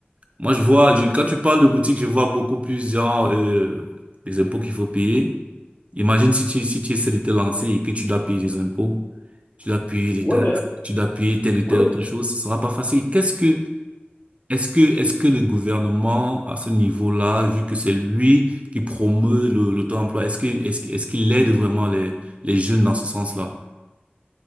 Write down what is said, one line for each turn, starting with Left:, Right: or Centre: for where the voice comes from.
Right: moi je vois, je- quand tu parles de boutique, je vois beaucoup plus, genre, euh, les impôts qu'il faut payer. Imagine si tu, si tu essaies de te lancer et que tu dois payer des impôts, tu dois payer des
Left: Ouais,
Right: taxes,
Left: mais,
Right: tu dois payer telle ou telle
Left: ouais, mais,
Right: autre chose, ce sera pas facile. Qu'est-ce que, est-ce que, est-ce que le gouvernement, à ce niveau-là, vu que c'est lui qui promeut le, le taux-emploi, est-ce que, est-ce, que- est-ce qu'il aide vraiment les, les jeunes dans ce sens-là?